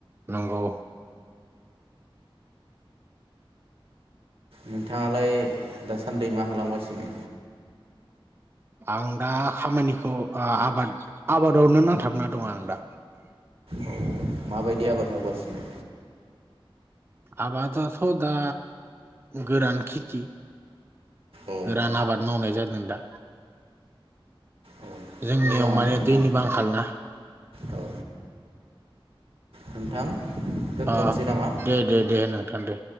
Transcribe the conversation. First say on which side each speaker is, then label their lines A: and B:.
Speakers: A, on the right; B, on the right.
A: नंगौ
B: नोंथाङालाय दासान्दि मा खालामगासिनो
A: आं दा खामानिखौ ओ आबाद आबादावनो नांथाबना दं आं दा
B: औ माबायदि आबाद मावगासिनो
A: आबादाथ' दा गोरान खेथि
B: औ
A: गोरान आबाद मावनाय जा दों दा
B: औ
A: जोंनियाव
B: मोजाङानो
A: माने
B: नोंथां
A: दैनिबो आंखाल ना
B: औ नोंथां दोनथ'नोसै
A: अ
B: नामा
A: दे दे दे नो थान्दै